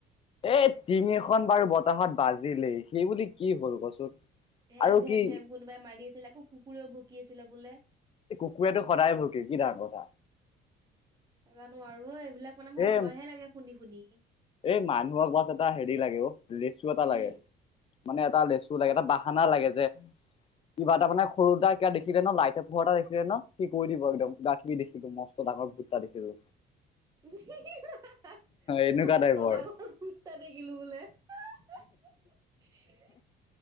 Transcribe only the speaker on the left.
এই টিঙ এখন বাৰু বতাহত বাজিলেই সেই বুলি কি হ'ল কচোন?
আৰু
কি
এই কুকুৰেটো সদায় ভুকে কি ডাঙৰ কথা।
এ
এই মানুহক বছ এটা হেৰি লাগে অ লেচু এটা
লাগে। মানে এটা লেচু লাগে এটা বাহানা লাগে যে কিবা এটা মানে সৰু এটা কিবা দেখিলে নহয় লাইটৰ পোহৰ এটা দেখিলে নহয় সি কৈ দিব একদম
দাথি দেখিলো মস্ত ডাঙৰ ভুত এটা দেখিলো।
এনেকুৱা
টাইপৰ